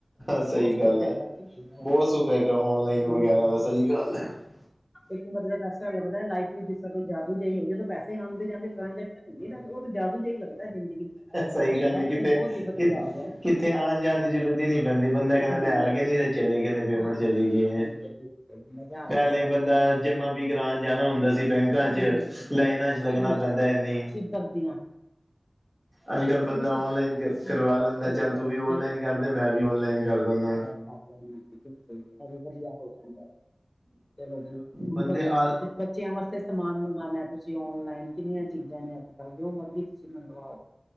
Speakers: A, in the centre; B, on the left.
A: ਸਹੀ
B: ਬਹੁਤ ਸੁਖ
A: ਗੱਲ
B: ਹੈਗਾ
A: ਹੈ
B: ਜੀ
A: ਬਹੁਤ ਸੁੱਖ ਹੈਗਾ ਔਨਲਾਈਨ ਵਗੈਰਾ
B: <unintelligible>
A: ਦਾ ਸਹੀ ਗੱਲ ਹੈ
B: ਇੱਕ ਮਤਲਬ ਐਸਾ ਲੱਗਦਾ ਲਾਈਟ ਦੀ ਦਿੱਕਤ ਕੁਝ ਜ਼ਿਆਦੀ ਰਹੀ ਹੁੰਦੀ ਤਾ ਪੈਸੇ ਆਦੇ-ਜਾਂਦੇ ਟਰਾਂਜ਼ੈਕਸ਼ਨ ਹੁੰਦੀ ਨਾ ਉਹ ਤਾਂ ਜਾਦੂ ਜਿਹਾ ਲੱਗਦਾ ਜ਼ਿੰਦਗੀ
A: ਸਹੀ
B: ਇਹ ਸ਼ਾਇਦ
A: ਗੱਲ ਹੈ ਕਿਤੇ
B: ਤਾਂ ਬਹੁਤ ਹੀ ਵਧੀਆ
A: ਕਿ
B: ਹੋ ਗਿਆ ਨਾ
A: ਕਿਥੇ ਆਉਣ ਜਾਣ
B: ਹਾਂ
A: ਦੀ ਜ਼ਰੂਰਤ ਹੀ ਨੀ ਪੈਂਦੀ ਬੰਦਾ ਕਹਿੰਦਾ
B: ਕਹਿੰਦੇ
A: ਲੈ ਆ ਗੇ
B: ਜੀ,
A: ਨੇ ਤੇ
B: ਬਿਲਕੁਲ
A: ਚਲੇ ਗਏ ਨੇ ਪੇਮੈਂਟ
B: ਹਾਂ
A: ਚਲੀ ਗਈ ਏ,
B: ਬਿਲਕੁਲ ਬਿਲਕੁਲ ਮਜ਼ਾ ਆ
A: ਪਹਿਲੇ
B: ਜਾਂਦਾ ਮਤਲਬ
A: ਬੰਦਾ
B: ਇਹ ਚੀਜ਼ਾਂ
A: ਜਮਾ
B: ਦਾ
A: ਵੀ ਕਰਾਉਣ ਜਾਣਾ ਹੁੰਦਾ ਸੀ ਬੈਂਕ ਬੈਕਾ
B: ਹਾਂਜੀ
A: 'ਚ' ਲਾਈਨਾਂ 'ਚ' ਲੱਗਣਾ
B: ਉਹ ਵੀ ਸੀ
A: ਪੈਂਦਾ ਇੰਨੀ
B: ਸਿੱਧਰ ਦੀਆਂ
A: ਅੱਜ- ਕੱਲ
B: ਉਹ
A: ਬੰਦਾ
B: ਵੀ ਸੀ
A: ਔਨਲਾਈਨ
B: ਹਮ,
A: ਕਰਵਾ
B: ਚੱਲਦਾ
A: ਲੈਂਦਾ ਚੱਲ ਤੂੰ ਵੀ
B: ਰਹੇ
A: ਔਨਲਾਈਨ ਕਰਦੇ ਮੈਂ ਵੀ ਔਨਲਾਈਨ ਕਰ ਦਿੰਨਾ
B: ਹਾਜੀ, ਬਿਲਕੁਲ ਸਹੀ ਔਰ ਵਧੀਆ ਹੋ ਜਾਦਾ, ਚਲੋ ਜੀ, ਠ
A: ਬੰਦੇ ਆ
B: <unintelligible> ਬੱਚਿਆਂ ਵਾਸਤੇ ਸਮਾਨ ਮੰਗਉਣਾ ਤੁਸੀਂ ਓਨਲਾਈਨ ਕਿੰਨੀਆਂ ਚੀਜ਼ਾਂ ਨੇ ਅੱਜ- ਕੱਲ੍ਹ ਜੋ ਮਰਜ਼ੀ ਤੁਸੀਂ ਮੰਗਵਾਓ।